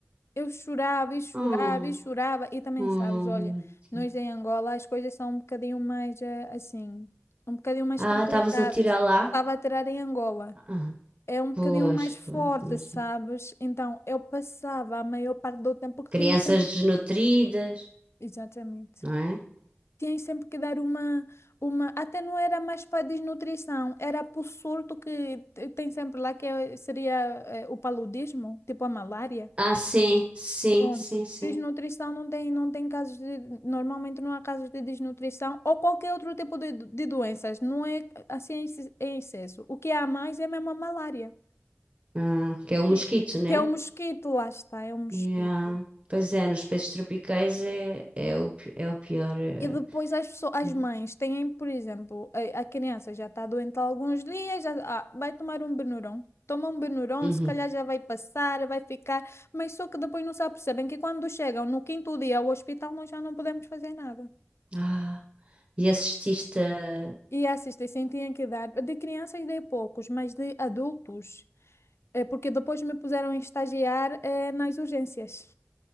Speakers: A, on the left (about 80°); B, on the right (about 30°).
A: Eu chorava e chorava
B: Hum,
A: e chorava. E também
B: hum,
A: sabes, olha,
B: meu
A: nós
B: Deus.
A: em Angola as coisas são um bocadinho mais é, assim, um bocadinho mais
B: Ah,
A: complicadas.
B: estavas a tirar lá?
A: Estava a tirar em Angola.
B: Ah,
A: é um bocadinho
B: pois,
A: mais forte,
B: pois, imagino.
A: sabes? Então, eu passava a maior parte do tempo que
B: Crianças
A: tinha sempre.
B: desnutridas,
A: Exatamente.
B: não é?
A: Tinha sempre que dar uma, uma. Até não era mais para desnutrição, era para o surto que te- tem sempre lá, que é- seria eh, o paludismo, tipo a malária.
B: Ah, sim, sim,
A: Pronto.
B: sim, sim.
A: Desnutrição não tem, não tem casos de. Normalmente não há casos de desnutrição ou qualquer outro tipo de, de doenças. Não é assim em exce- em excesso. O que há mais é mesmo a malária.
B: Ah, que é o mosquito,
A: Sim,
B: né?
A: Que é o mosquito, lá está, é o mosquito.
B: Yeah. Pois é, nos países tropicais é, é o, pi- é o pior. é-
A: E depois as pessoas, as
B: é,
A: mães têm, por exemplo, a, a criança já está doente há alguns dias, já, ah, vai tomar um Benuron. Toma um Benuron,
B: Uhum.
A: se calhar já vai passar, vai ficar, mas só que depois não se apercebem que quando chegam no quinto dia ao hospital nós já não podemos fazer nada.
B: Ah. E assististe a...
A: E a assistência tinha que dar, de crianças dei poucos, mas de adultos, eh, porque depois me puseram a estagiar eh, nas urgências.